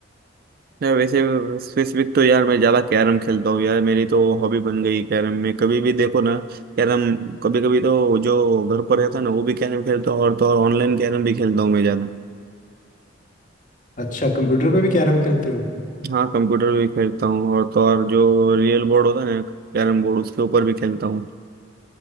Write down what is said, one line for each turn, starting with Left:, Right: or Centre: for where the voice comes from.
Right: मैं वैसे स्पेसिफिक तो यार मैं ज़्यादा कैरम खेलता हूँ यार मेरी तो हॉबी बन गई कैरम में कभी भी देखो ना कैरम कभी कभी तो जो घर पर रहता है ना वो भी कैरम खेलता हूँ और तो और ऑनलाइन कैरम भी खेलता हूँ मैं ज़्यादा
Left: अच्छा कंप्यूटर पे भी कैरम खेलते हो
Right: हाँ कंप्यूटर भी खेलता हूँ और तो और जो रियल बोर्ड होता है ना कैरम बोर्ड उसके ऊपर भी खेलता हूँ